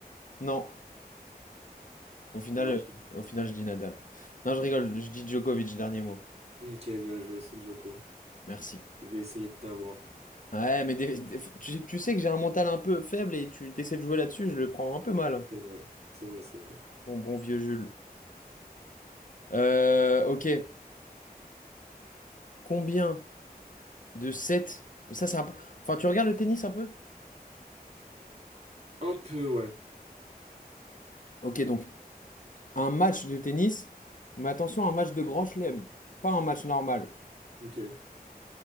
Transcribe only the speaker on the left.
Non. Au final,
euh,
au final, je dis Nadal. Non, je rigole. Je dis Djokovic, dernier mot.
Merci.
Ouais, mais des- des- tu, tu sais que j'ai un mental un peu faible et tu essaies de jouer là-dessus, je le prends un peu mal.
Bon, bon vieux Jules. Euh, ok. Combien de sets? Ça, c'est un peu... Enfin, tu regardes le tennis un peu?
Ok, donc, un match de tennis, mais attention, un match de grand chelem, pas un match normal.